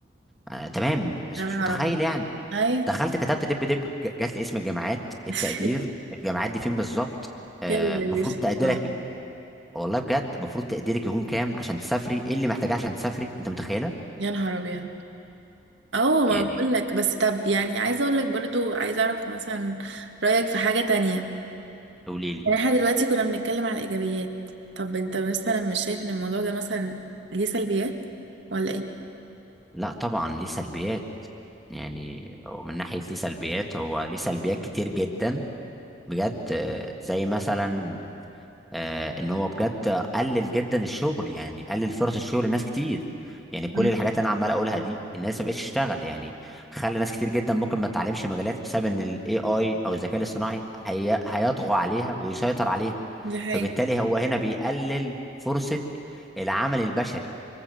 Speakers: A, in the centre; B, on the right (about 70°).
A: آه تمام بس
B: يا
A: مش
B: نهار
A: متخيل
B: ابيض
A: يعني
B: اي
A: دخلت كتبت دب دب ج- جات لي اسم الجامعات
B: <laughs>
A: التقدير الجامعات دي فين بالظبط المفروض
B: يلا
A: آه
B: يا
A: مفروض
B: باشا
A: تقديرك
B: أهو.
A: والله بجد المفروض تقديرك يكون كام عشان تسافري ايه اللي محتاجاه عشان تسافري انت متخيله
B: يا نهار ابيض اه ما
A: يعني
B: بقول لك بس طب يعني عايزة اقول لك برضو عايزة اعرف مثلا رأيك في حاجة تانية
A: قولي لي
B: يعني احنا دلوقتي كنا بنتكلم على الايجابيات طب انت مثلا مش شايف ان الموضوع ده مثلا ليه سلبيات ولا ايه
A: لا طبعا ليه سلبيات يعني ومن ناحيه ليه سلبيات هو ليه سلبيات كتير جدا بجد آه، زي مثلا آه، ان هو بجد قلل جدا الشغل يعني قلل فرص الشغل لناس كتير يعني كل
B: مم.
A: الحاجات اللي انا عمال اقولها دي الناس ما بقتش تشتغل يعني خلى ناس كتير جدا ممكن ما تتعلمش مجالات بسبب ان الاي اي او الذكاء الاصطناعي هي... هيطغى عليها ويسيطر عليها
B: دي حقيقة
A: فبالتالي هو هنا بيقلل فرصة العمل البشري